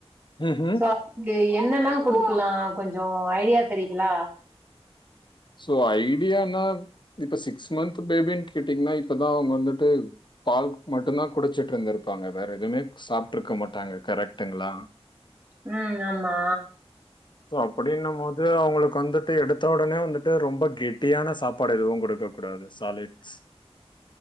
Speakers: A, on the left; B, on the right.
A: ம்ஹ்ம்.
B: சோ அதுக்கு என் என்னல்லாம் குடுக்கலாம் கொஞ்சம் ஐடியா தரிங்கலா
A: சோ ஐடியான இப்ப சிக்ஸ் மந்த் பேபீனு கேட்டீங்கன்னா இப்பதான் அவங்க வந்துட்டு பால் மட்டும்தான் குடிச்சுட்டு இருந்துரு இருப்பாங்க வேற எதுவுமே சாப்பிட்டுருக்க மாட்டாங்க கரெக்டுங்களா
B: ம் ஆமா
A: சோ அப்படின்னும் போது அவங்களுக்கு வந்துட்டு எடுத்த உடனே வந்துட்டு ரொம்ப கட்டி ட்டியான சாப்பாடு எதுவு கொடுக்க கூடாது சாலிட்ஸ்